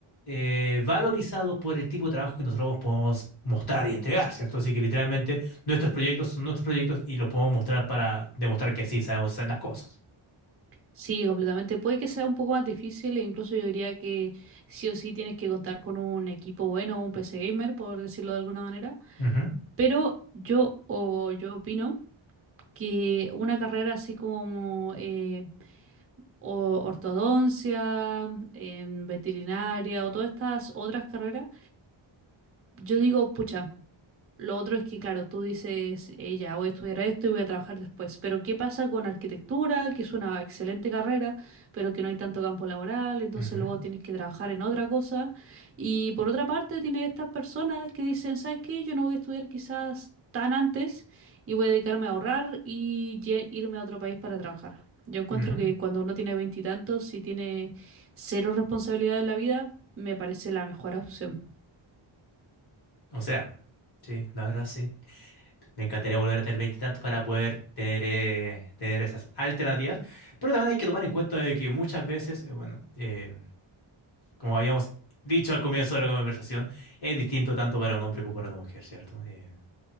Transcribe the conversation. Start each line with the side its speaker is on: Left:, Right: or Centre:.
Left: eh, valorizado por el tipo de trabajo que nosotros podemos mostrar y entregar, ¿cierto? Así que literalmente nuestros proyectos son nuestros proyectos y los podemos mostrar para demostrar que sí sabemos hacer las cosas.
Right: Sí, completamente. Puede que sea un poco más difícil e incluso yo diría que sí o sí tienes que contar con un equipo bueno, un PC gamer, por decirlo de alguna manera.
Left: Ujú,
Right: Pero yo o yo opino que una carrera así como eh, o- ortodoncia, em, veterinaria o todas estas otras carreras, yo digo, pucha. Lo otro es que, claro, tú dices, eh, ya voy a estudiar esto y voy a trabajar después, pero ¿qué pasa con arquitectura, que es una excelente carrera, pero que no hay tanto campo laboral, entonces
Left: ujú,
Right: luego tienes que trabajar en otra cosa? Y por otra parte, tienes estas personas que dicen, ¿sabes qué? Yo no voy a estudiar quizás tan antes y voy a dedicarme a ahorrar y ye- irme a otro país para trabajar. Yo encuentro
Left: ujú.
Right: que cuando uno tiene veintitantos, si tiene cero responsabilidad en la vida, me parece la mejor opción.
Left: O sea, sí, la verdad sí. Me encantaría volver a tener veintitantos para poder tener, eh, tener esas alternativas. Pero también hay que tomar en cuenta de que muchas veces, eh, bueno, eh, como habíamos dicho al comienzo de la conversación, es distinto tanto para un hombre como para una mujer, ¿cierto? Eh,